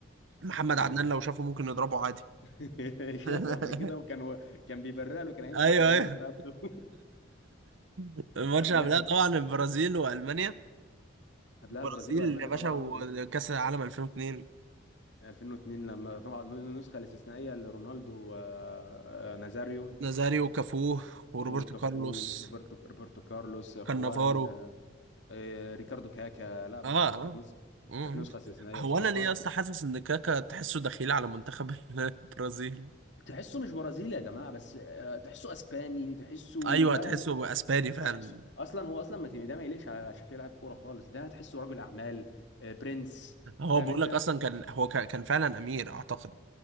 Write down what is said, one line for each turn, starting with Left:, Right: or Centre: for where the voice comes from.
Right: محمد
Left: ايوه
Right: عدنان لو شافه ممكن نضربه عادي
Left: <laughs>
Right: <laughs>
Left: شافه قبل كده وكان هو كان بيبرق له كان هيمسك
Right: ايوه
Left: في زمارة
Right: ايوه
Left: رقبته
Right: <laughs> الماتش
Left: <laughs> قبلها
Right: قبلها طبعا البرازيل والمانيا
Left: قبلها
Right: البرازيل
Left: البرازيل والمانيا
Right: يا باشا
Left: طبعا
Right: وكأس العالم 2002
Left: 2002 لما طبعا النسخه الاستثنائيه لرونالدو آه، آه، نازاريو
Right: نازاريو وكافو وروبرتو
Left: وكافو
Right: كارلوس
Left: روبرتو روبرتو كارلوس آه،
Right: كانافارو
Left: خوان آه، ريكاردو كاكا لا بصراحه
Right: اه اه
Left: كانت نسخه
Right: مم.
Left: كانت نسخه استثنائيه
Right: هو
Left: بصراحه
Right: انا ليه اصلا حاسس ان كاكا تحسه دخيل على منتخب <laughs> البرازيل
Left: تحسه مش برازيلي يا جماعه بس آه، تحسه اسباني تحسه
Right: ايوه
Left: ده
Right: تحسه هو اسباني فعلا
Left: ما تحس اصلا هو اصلا ما ده ما يليقش على شكل لاعب كوره خالص ده تحسه رجل اعمال آه، برنس
Right: هو
Left: فاهم
Right: بقول
Left: انت
Right: لك اصلا كان هو كا- كان فعلا امير اعتقد